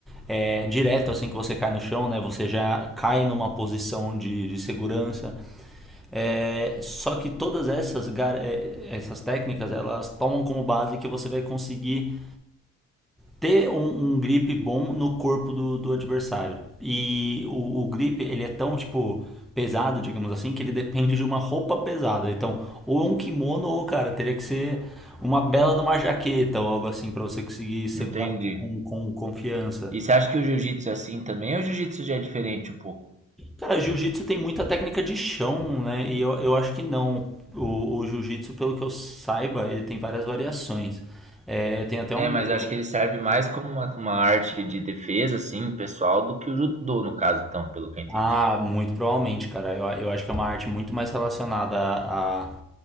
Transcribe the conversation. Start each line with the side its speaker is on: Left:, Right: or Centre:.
Centre: é, direto assim que você cai no chão, né? Você já cai numa posição de, de segurança. É, só que todas essas, essas técnicas, elas tomam como base que você vai conseguir ter um, um grip bom no corpo do, do adversário. E o, o grip, ele é tão, tipo, pesado, digamos assim, que ele depende de uma roupa pesada. Então, ou um kimono, ou, cara, teria que ser uma bela de uma jaqueta ou algo assim para você conseguir segurar
Right: entendi.
Centre: com, com, com confiança.
Right: E você acha que o jiu-jitsu é assim também ou o jiu-jitsu já é diferente um pouco?
Centre: Cara, jiu-jitsu tem muita técnica de chão, né? E eu, eu acho que não. O, o jiu-jitsu, pelo que eu saiba, ele tem várias variações. É, eu tenho até
Right: É,
Centre: um amigo
Right: mas acho que ele serve mais como uma, uma arte de defesa, assim, pessoal, do que o judô, no caso, então, pelo que eu entendi.
Centre: Ah, muito provavelmente, cara. Eu, eu acho que é uma arte muito mais relacionada à,